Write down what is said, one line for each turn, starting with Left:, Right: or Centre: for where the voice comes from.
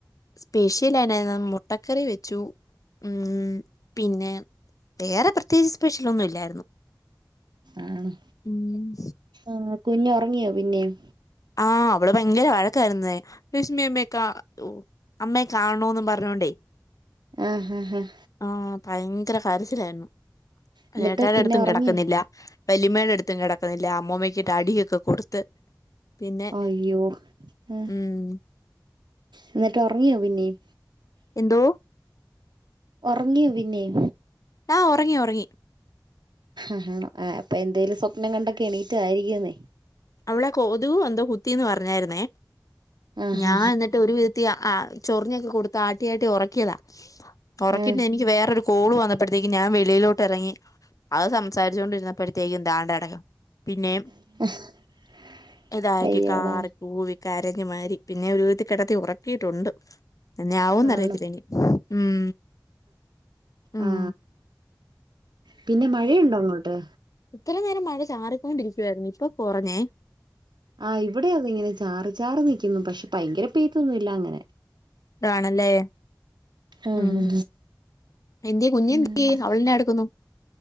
Left: സ്പെഷ്യൽ എന്നാ ഇന്ന് മുട്ടക്കറി വെച്ചു ഉം പിന്നെ വേറെ പ്രത്യേകിച്ച് സ്പെഷ്യൽ ഒന്നും ഇല്ലായിരുന്നു
Right: ആണോ
Left: ഉം
Right: ആ കുഞ്ഞ് ഉറങ്ങിയോ പിന്നെയും
Left: ആഹ് അവള് ഭയങ്കര വഴക്കായിരുന്നേ രശ്മിയമ്മയെ ക്കാ അമ്മയെ കാണണോന്ന് പറഞ്ഞോണ്ടേ
Right: ആഹ് ഹഹ് ഹഹ
Left: ആഹ് ഭയങ്കര കര്ച്ചിലായിര്ന്നു
Right: എന്നിട്ട്
Left: ഏട്ടേടെ
Right: പിന്നെ
Left: ട്ത്തും
Right: ഉറങ്ങിയോ
Left: കെടക്കുന്നില്ല. വല്ലിമ്മേടട്ത്തും കെടക്കുന്നില്ല അമ്മൂമ്മക്ക് അടിയൊക്കെ കൊടുത്ത് പിന്നെ
Right: അയ്യോ ആഹ്
Left: ഉം
Right: എന്നിട്ട് ഒർങ്ങിയോ പിന്നേം.
Left: എന്തോ?
Right: ഒർങ്ങ്യോ പിന്നെം
Left: ആഹ് ഒറങ്ങി ഒറങ്ങി.
Right: ആഹ് അപ്പൊന്തേലും സ്വപ്നം കണ്ടൊക്കെ എണീട്ടതായിരിക്കുംന്നേ.
Left: അവളെ കൊതുകെന്തോ കുത്തീന്ന് പറഞ്ഞായ്ര്ന്നേ,
Right: ആഹാ
Left: ഞാനെന്നിട്ട് ഒരുവിധ ചൊർഞ്ഞൊക്കെ കൊടുത്ത് ആട്ടിയാട്ടി ഒർക്കീതാ ഉറക്കിട്ടെനിക്ക്
Right: ആ
Left: വേറൊരു കോള് വന്നപ്പഴ്ത്തേക്ക് ഞാന് വെളിയിലോട്ടിറങ്ങി, അത് സംസാരിച്ചുകൊണ്ടിരുന്നപ്പഴേ ത്തേയും താണ്ടകെട്ക്ക്ണ് പിന്നെയും.
Right: <inaudible>
Left: ഇതാക്കി
Right: അയ്യോടാ
Left: കാറി കൂവി കരഞ്ഞ് മാരി പിന്നെ ഒരു വിതത്തിൽ കെടത്തി ഓറക്കിയിട്ടുണ്ട്. എന്നാവുംന്ന് അറിയത്തില്ലനി
Right: ആണോ
Left: ഉം ഉം.
Right: ആ പിന്നെ മഴയുണ്ടൊങ്ങോട്ട്?
Left: ഇത്രിം നേരം മഴ ചാറിക്കൊണ്ടിരിക്കുവായാര്ന്ന്, ഇപ്പൊ കൊറഞ്ഞേ.
Right: ആഹ് ഇവിടിം അതെ ഇങ്ങനെ ചാറി ചാറ് നിക്കുന്നു പക്ഷെ ഭയങ്കര പെയ്തൊന്നുംല്ല്യ അങ്ങനെ.
Left: അതാണല്ലേ.
Right: ആഹ്
Left: ഉം എന്തെ കുഞ്ഞെന്തെ
Right: ആഹ് ആഹ്
Left: അവളെന്നാ എട്ക്കുന്നു.